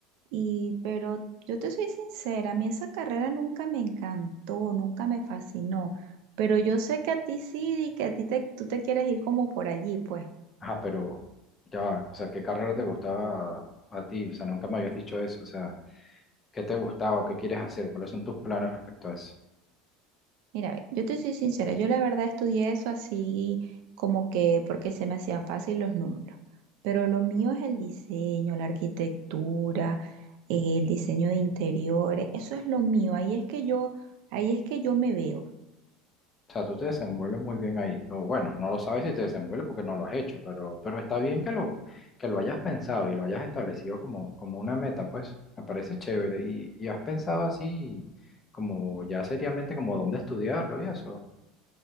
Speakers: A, on the right; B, on the left.
A: y pero yo te soy sincera, a mí esa carrera nunca me encantó, nunca me fascinó, pero yo sé que a ti sí y que a ti te, tú te quieres ir como por allí, pues.
B: Ajá, pero ya, va, o sea, ¿qué carrera te gustaba a ti? O sea, nunca me habías dicho eso. O sea, ¿qué te gustaba o qué quieres hacer? ¿Cuáles son tus planes respecto a eso?
A: Mira, ve, yo te soy sincera, yo la verdad estudié eso así como que porque se me hacían fácil los números, pero lo mío es el diseño, la arquitectura, eh, el diseño de interiores, eso es lo mío, ahí es que yo, ahí es que yo me veo.
B: O sea, tú te desenvuelves muy bien ahí. O bueno, no lo sabes si te desenvuelves porque no lo has hecho, pero, pero está bien que lo, que lo hayas pensado y lo hayas establecido como, como una meta, pues me parece chévere. Y, y has pensado así como ya seriamente como dónde estudiarlo y eso.